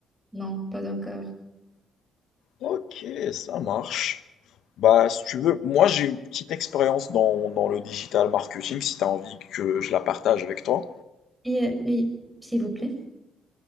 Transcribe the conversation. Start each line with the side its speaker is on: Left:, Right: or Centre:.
Centre: Non, pas encore.
Left: Ok, ça marche. Bah, si tu veux, moi j'ai une petite expérience dans, dans le digital marketing, si tu as envie que je la partage avec toi.
Centre: Et, euh, oui, s'il vous plaît.